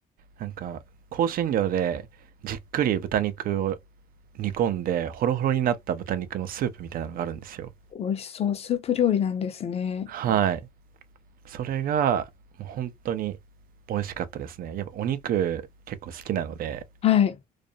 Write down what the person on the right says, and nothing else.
なんか、香辛料でじっくり豚肉を煮込んで、ホロホロになった豚肉のスープみたいなのがあるんですよ。
はい。それが、もう本当に美味しかったですね。やっぱお肉結構好きなので、